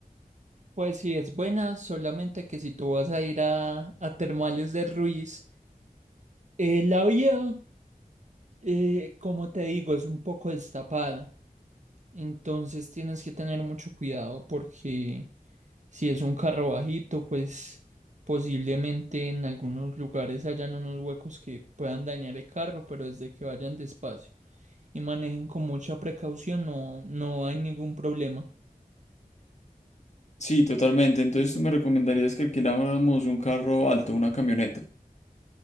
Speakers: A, on the right (about 50°); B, on the left (about 50°).
A: Pues sí, es buena, solamente que si tú vas a ir a, a Termales de Ruiz, eh, la vía, eh, como te digo, es un poco destapada. Entonces tienes que tener mucho cuidado porque si es un carro bajito, pues posiblemente en algunos lugares hayan unos huecos que puedan dañar el carro, pero desde que vayan despacio y manejen con mucha precaución, no, no hay ningún problema.
B: Sí, totalmente, entonces tú me recomendarías que alquiláramos un carro alto, una camioneta.